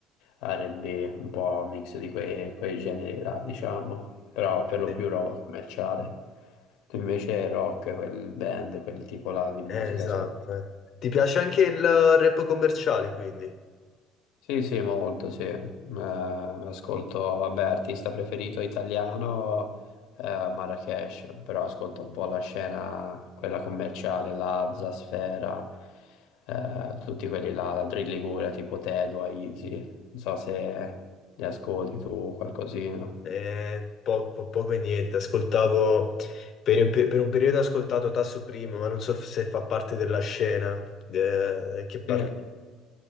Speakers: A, on the left; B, on the left.
A: R&B, un po' un mix di quei, quei generi là, diciamo, però per lo
B: sì.
A: più roba commerciale. Tu invece rock, quel band, quel tipo là di musica
B: Eh, esatto. eh. Ti piace anche il rap commerciale, quindi?
A: Sì, sì, molto, sì. Eh, ascolto, vabbè, artista preferito italiano, eh, Marracash, però ascolto un po' la scena, quella commerciale, Lazza, Sfera, eh, tutti quelli là, la Drill Liguria, tipo Tedua, Easy, non so se li ascolti tu qualcosina.
B: Eh, poco, po- poco e niente, ascoltavo per un, pe- per un periodo ho ascoltato Tasso Primo, ma non so f- se fa parte della scena eh, che parli.
A: Sì,